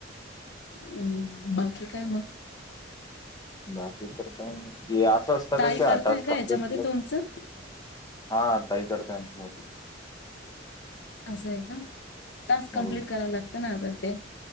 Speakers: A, on the left; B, on the left.
A: हम्म बाकी काय मग
B: बाकी तर काय नाही असं असतं
A: ताई
B: का कि
A: करताय
B: आताच
A: का
B: कला
A: याच्यामध्ये तुमचं
B: हा ताही करतय आमची मोठी
A: असं आहे का टास्क
B: हो
A: कम्प्लीट कराव लागतं ना आता ते